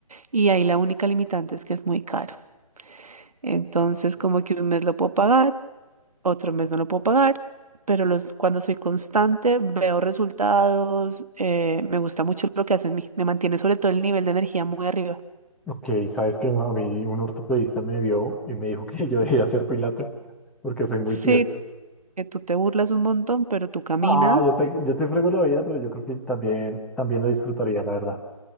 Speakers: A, on the right; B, in the centre.
A: y ahí la única limitante es que es muy caro. Entonces como que un mes lo puedo pagar, otro mes no lo puedo pagar. Pero los, cuando soy constante, veo resultados, eh, me gusta mucho lo que hace en mí, me mantiene sobre todo el nivel de energía muy arriba.
B: Ok, sabes que a mí un ortopedista me vio y me dijo que yo debía hacer pilates porque soy muy
A: Sí,
B: tieso.
A: que tú te burlas un montón, pero tú caminas.
B: Ah, yo te, yo te frego la vida, pero yo creo que también, también lo disfrutaría, la verdad.